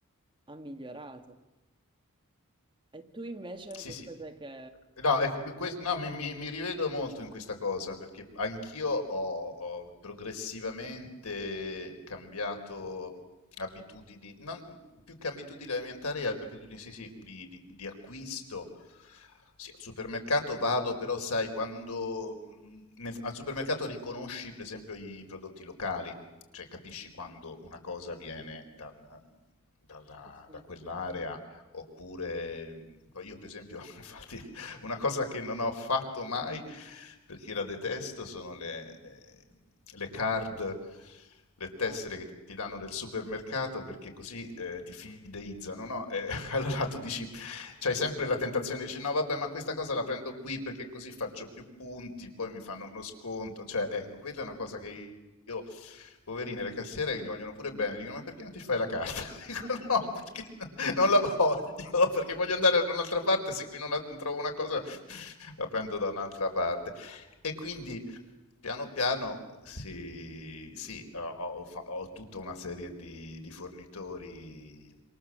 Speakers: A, on the right; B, on the left.
A: ha migliorato. E tu invece
B: Sì,
A: che
B: sì.
A: cos'è che...
B: No, ecco, que- no, mi, mi- mi rivedo molto in questa cosa perché anch'io ho, ho progressivamente cambiato abitudini, non- più che abitudini alimentari, abitudini sì, sì, di, di- di acquisto. Sì, al supermercato vado, però sai, quando mh, nel- al supermercato riconosci per esempio i prodotti locali, cioè capisci quando una cosa viene da, dalla-
A: Sì, sì.
B: da quell'area oppure io per esempio, <laughs> infatti, una cosa che non ho fatto mai perché la detesto sono le, le- le card, le tessere
A: Ah, sì.
B: che ti danno del supermercato perché così eh, ti fideizzano, no? E <laughs> allora tu dici, c'hai sempre la tentazione di dire no, vabbè, ma questa cosa la prendo qui perché così faccio più punti, poi mi fanno uno sconto, cioè ecco, quella è una cosa che io io, poverine, le cassiere che mi vogliono pure bene, dicono ma perché non ti fai la carta? <laughs> Dico
A: <laughs>
B: no, perché non la voglio, perché voglio andare da un'altra parte, se qui non, la, non trovo una cosa la prendo da un'altra parte. E quindi piano piano sì, sì ho, ho, tutta una serie di, di, fornitori